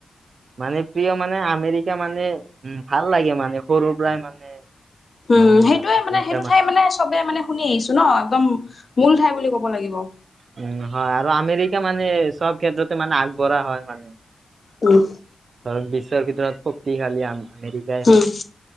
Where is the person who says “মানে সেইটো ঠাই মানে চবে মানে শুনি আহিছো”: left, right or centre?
Left